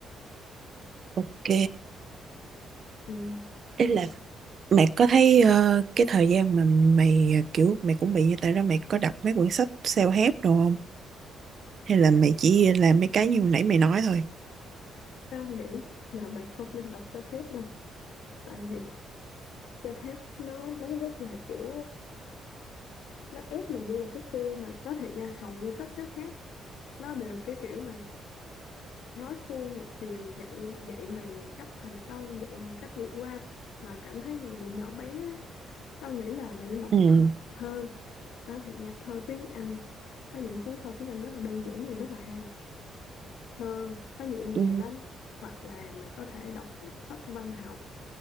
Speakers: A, on the right; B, on the left.
A: ok
B: ừ.
A: đấy là
B: thì
A: mày có thấy ờ, cái thời gian mà mày ờ, kiểu mày cũng bị như tao đó mày có đọc mấy quyển sách self-help đồ không hay là mày chỉ làm mấy cái như hồi nãy mày nói thôi
B: tao nghĩ là mày không nên đọc self-help đâu tại vì self-help nó nó rất là kiểu nó ép mày vô một cái khuôn mà nó thiệt nha hầu như sách xếp hết nó đều cái kiểu mà nói suông một chiều dạy dạy mày cách thành công dạy mày cách vượt qua mà cảm thấy mày bị nhỏ bé á. tao nghĩ là mày nên đọc
A: ừ.
B: thơ, thơ. tao thiệt nha thơ tiếng Anh có những cuốn thơ tiếng Anh rất là đơn giản nhưng mà rất là hay thơ nó nhẹ nhàng
A: Ừ.
B: lắm hoặc là mày có thể đọc sách văn học